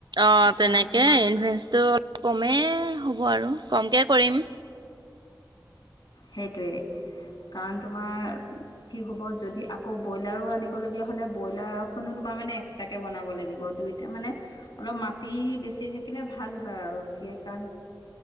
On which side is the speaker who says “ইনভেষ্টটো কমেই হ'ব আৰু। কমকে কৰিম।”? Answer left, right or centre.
Right